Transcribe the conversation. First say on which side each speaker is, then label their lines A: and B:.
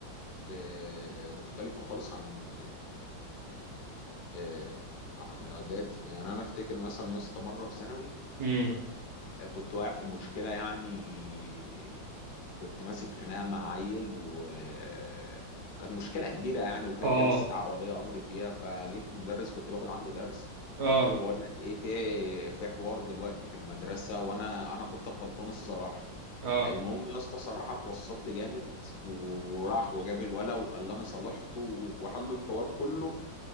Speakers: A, on the left; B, on the right.
A: آه، مختلفه خالص عن آه، عن اعدادي يعني انا افتكر مثلا يا اسطى مره في ثانوي
B: امم
A: كنت واقع في مشكله يعني كنت ماسك خناقه مع عيل وكانت مشكله كبيره يعني وكان
B: اه
A: جالي استدعاء ولي امر فيها فجيت المدرس كنت باخد عنده درس
B: اه
A: قلت له بقول لك ايه في في حوار دلوقتي في المدرسه وانا انا كنت غلطان الصراحه
B: اه
A: المهم يا اسطى صراحه اتوسط لي جامد وراح وجاب الولا وخلاني صالحته وحل الحوار كله